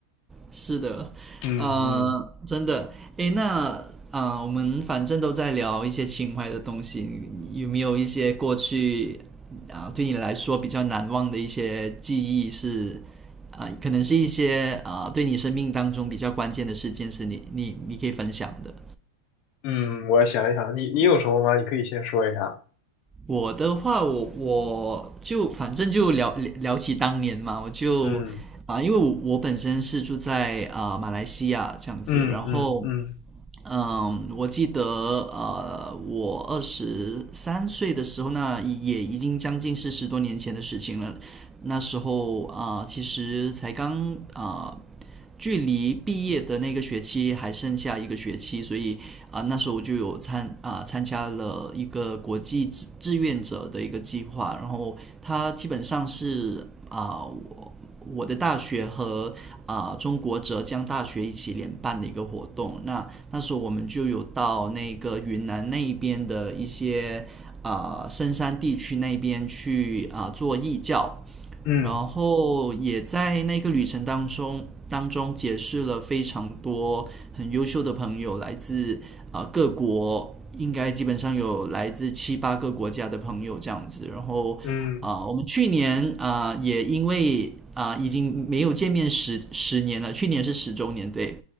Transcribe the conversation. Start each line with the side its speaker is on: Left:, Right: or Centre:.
Right: 是的，
Left: 嗯嗯
Right: 呃，真的，诶，那啊、呃我们反正都在聊一些情怀的东西，你有没有一些过去啊、对你来说比较难忘的一些记忆是啊、可能是一些啊、对你生命当中比较关键的事件，是你你你可以分享的。
Left: 嗯，我想一想，你你有什么吗？你可以先说一下。
Right: 我的话，我我就反正就聊聊起当年嘛，我就啊、
Left: 嗯
Right: 因为我我本身是住在啊、马来西亚这样子，
Left: 嗯嗯嗯
Right: 然后。嗯，我记得呃，我二十三岁的时候呢，那也已经将近是十多年前的事情了。那时候啊、呃其实才刚啊、呃距离毕业的那个学期还剩下一个学期，所以啊、呃那时候我就有参啊、呃参加了一个国际志志愿者的一个计划，然后它基本上是啊、呃我我的大学和啊、呃中国浙江大学一起联办的一个活动。啊，那时候我们就有到那个云南那一边的一些啊深山地区那边去啊做义教，
Left: 嗯
Right: 然后也在那个旅程当中当中结识了非常多很优秀的朋友，来自啊各国，应该基本上有来自七八个国家的朋友这样子，然后。
Left: 嗯
Right: 啊，我们去年啊也因为啊已经没有见面十十年了，去年是十周年，对。